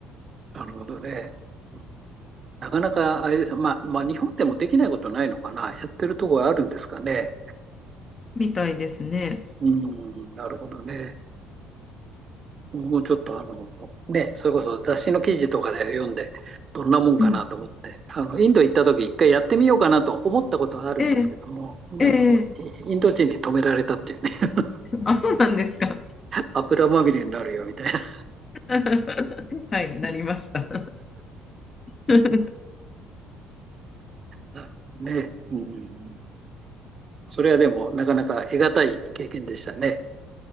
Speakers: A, on the right; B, on the left.
A: なるほどね。うんなかなかあれですよ。まあ、まあ、日本でもできないことないのかな。やってるとこはあるんですかね。
B: みたいですね。
A: うん、なるほどね。僕もちょっとあの、ね、それこそ雑誌の記事とかで読んで、どんなもんかなと思って、
B: うん。
A: あの、インド行った時一回やってみようかなと思ったことはあるんですけども、
B: ええ、
A: あの、
B: ええ、
A: インド人に止められたっていうね、<laughs>
B: あ、そうなんですか。
A: 油まみれになるよみたいな。
B: <laughs> はい、なりました。<laughs>
A: なるほどね。うん。それはでも、なかなか得難い経験でしたね。